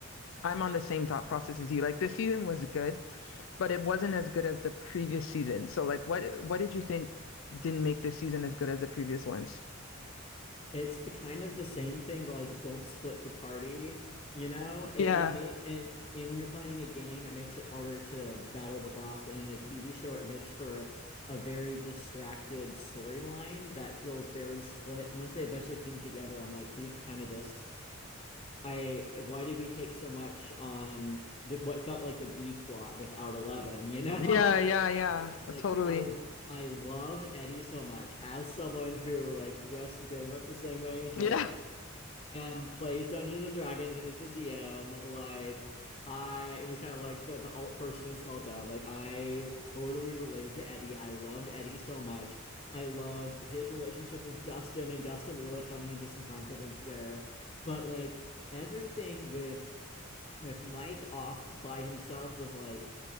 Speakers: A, on the left; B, on the left.
A: I'm on the same thought process as you. Like, this season was good, but it wasn't as good as the previous season. So, like, what what did you think didn't make this season as good as the previous ones?
B: It's the kind of the same thing where like don't split the party, you know? It
A: Yeah,
B: it made and and when you're playing a game, it makes it harder to battle the boss, but in a TV show, it makes for a very distracted storyline that feels very split. And once they eventually came together, I'm like, these kind of just I why did we take so much on the, what felt like the B plot without Eleven, you know?
A: yeah, yeah,
B: <laughs>
A: yeah,
B: But like
A: totally.
B: I I love Eddie so much as someone who like dressed very much the same way in
A: Yeah.
B: high school and plays Dungeons and Dragons and is the DM. Like I it was kind of like the, the alt person in a small town. Like I totally related to Eddie. I loved Eddie so much. I loved his relationship with Dustin and Dustin really coming into some confidence there. But like everything with with Mike off by himself was like